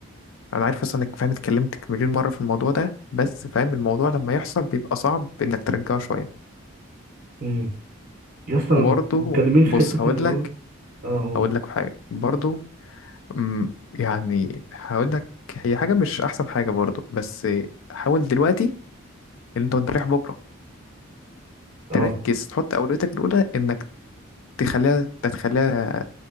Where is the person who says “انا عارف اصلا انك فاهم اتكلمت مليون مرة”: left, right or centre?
Left